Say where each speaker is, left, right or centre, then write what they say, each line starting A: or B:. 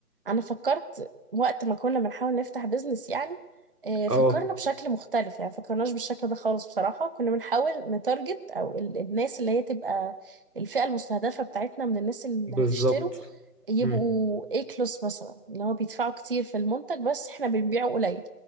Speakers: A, on the right; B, on the right.
A: انا فكرت وقت ما كنا بنحاول نفتح بيزنس يعني آه، فكرنا
B: اه
A: بشكل مختلف يعني فكرناش بالشكل ده خالص بصراحه كنا بنحاول نتارجت او ال- الناس اللي هي تبقى الفئه المستهدفه بتاعتنا من الناس اللي
B: بالظبط
A: هيشتروا يبقوا
B: مم.
A: A كلاس مثلا اللي هو بيدفعوا كتير في المنتج بس احنا بنبيعه قليل